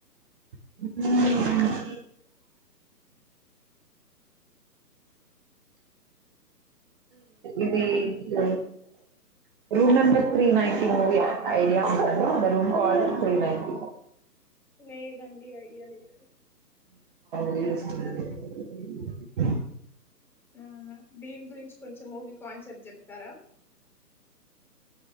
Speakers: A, on the right (about 30°); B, in the centre.
A: <unintelligible> ఇది the room number three ninety movie idea ఉందండి రూమ్ కాల్డ్ త్రీ నైంటి
B: లేదండి ఐడియా లేదు
A: <inaudible>
B: నా నా దేని గురించి కొంచెం మూవీ కాన్సెప్ట్ జేప్తారా